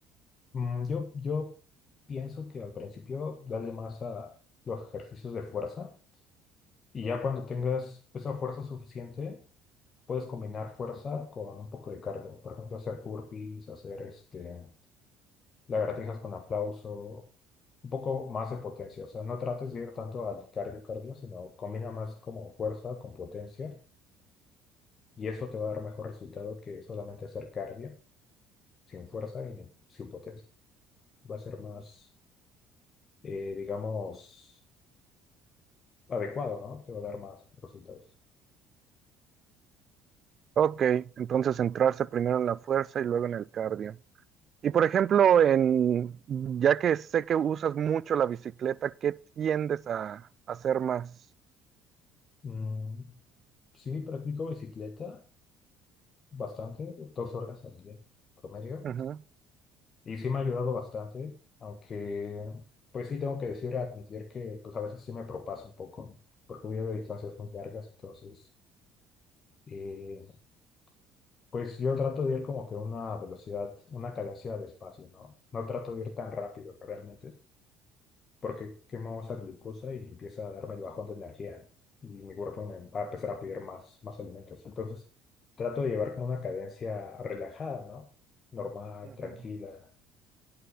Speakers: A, on the left; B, on the right.
A: Mm, Yo, yo pienso que al principio dale más a los ejercicios de fuerza y ya cuando tengas esa fuerza suficiente, puedes combinar fuerza con un poco de cardio. Por ejemplo, hacer burpees, hacer este, lagartijas con aplauso, un poco más de potencia. O sea, no trates de ir tanto al cardio cardio, sino combina más como fuerza con potencia y eso te va a dar mejor resultado que solamente hacer cardio sin fuerza y sin potencia. Va a ser más, eh, digamos adecuado, ¿no? Te va a dar más resultados.
B: Ok, entonces centrarse primero en la fuerza y luego en el cardio. Y por ejemplo, en, ya que sé que usas mucho la bicicleta, ¿qué tiendes a, a hacer más?
A: Mm, sí, practico bicicleta bastante, dos horas al día promedio,
B: Ujú,
A: y sí me ha ayudado bastante, aunque pues sí tengo que decir, admitir que pues a veces sí me propaso un poco, porque voy a distancias muy largas, entonces eh, pues yo trato de ir como que a una velocidad, una cadencia de espacio, ¿no? No trato de ir tan rápido realmente, porque quemo esa glucosa y empieza a darme el bajón de energía y mi cuerpo me va a empezar a pedir más, más alimentos. Entonces, trato de llevar como una cadencia relajada, ¿no? Normal,
B: ujú.
A: tranquila,